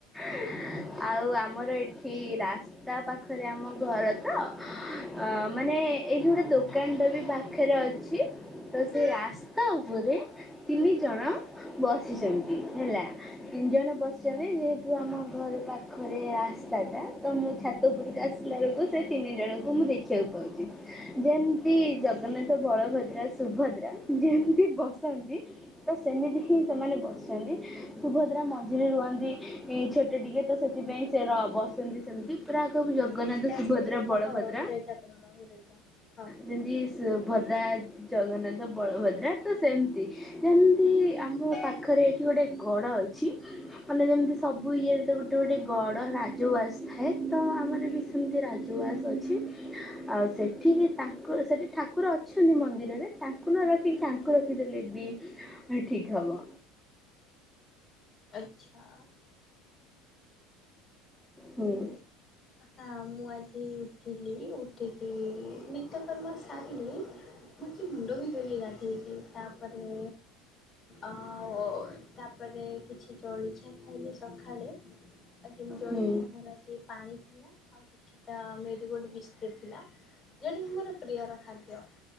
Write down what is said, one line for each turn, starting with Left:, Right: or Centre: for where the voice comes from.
Centre: <inaudible> ଆଉ ଆମର ଏଠି ରାସ୍ତା ପାଖରେ ଆମ ଘର ତ ଅ ମାନେ ଏଇଠି ଗୋଟେ ଦୋକାନଟେ ବି ପାଖରେ ଅଛି। ତ ସେ ରାସ୍ତା ଉପରେ ତିନି ଜଣ ବସିଛନ୍ତି ହେଲା ତିନି ଜଣ ବସିଛନ୍ତି ଯେହେତୁ ଆମ ଘର ପାଖ ପାଖରେ ରାସ୍ତା ଟା ତ ମୁଁ ଛାତ ଉପୁରକୁ ଆସିଲା ବେଳକୁ ସେ ତିନି ଜଣଙ୍କୁ ମୁଁ ଦେଖିବାକୁ ପାଉଛି। ଯେମତି ଜଗନ୍ନାଥ ବଳଭଦ୍ରା ସୁଭଦ୍ରା ଯେମତି ବସନ୍ତି ତ ସେମିତି ହିଁ ସେମାନେ ବସିଛନ୍ତି ସୁଭଦ୍ରା ମଝିରେ ରୁହନ୍ତି ଛୋଟ ଟିକେ ତ ସେଥିପାଇଁ ସେ ର ବସିଛନ୍ତି ସେମିତି ପୁରା ଜଗନ୍ନାଥ
Left: ଆସ୍ତେ
Centre: ସୁଭଦ୍ରା
Left: ଆସ୍ତେ ଟିକେ କହ
Centre: ବଳଭଦ୍ରା
Left: ରହି ରହିକା କହ ରହି ରହିକା ହଁ।
Centre: ଯେମିତି ସୁଭଦ୍ରା ଜଗନ୍ନାଥ ବଳଭଦ୍ରା ତ ସେମତି ଯେମିତି ଆ ମୋ ପାଖରେ ଏଇଠି ଗୋଟେ ଗଡ଼ ଅଛି ମାନେ ଯେମିତି ସବୁ ଇଏରେ ଗ ଗୋଟେ ଗଡ଼ ରାଜୱାସ ଥାଏ ତ ଆମର ବି ସେମିତି ରାଜୱାସ ଅଛି ଆଉ ସେଠିକି ତାଙ୍କ ସେଠି ଠାକୁର ଅଛନ୍ତି ମନ୍ଦିରରେ ତାଙ୍କୁ ନ ରଖିକି ତାଙ୍କୁ ରଖିଦେଲେ ବି ଆ ଠିକ୍ ହବ।
Left: ଆଚ୍ଛା।
Centre: ହୁଁ।
Left: ହଁ ମୁଁ ଆଜି ଉଠିଲି ଉଠିକି ନିତକର୍ମ ସାରିଲି ମୁଁ ଆଜି ମୁଣ୍ଡ ବି ଧୋଇଲି ଗାଧେଇକି ତାପରେ ଆଉ ତାପରେ କିଛି ଜଳଖିଆ ଖାଇଲି ସକାଳେ ଆ ଜଳିଖିଆ ଆଜି
Centre: ହୁଁ
Left: ମୋର ପାଣି ଥିଲା ଆଉ କିଛିଟା ମେରିଗୋଲ୍ଡ ବିସ୍କୁଟ ଥିଲା ଯେଉଁଟାକି ମୋର ପ୍ରିୟର ଖାଦ୍ୟ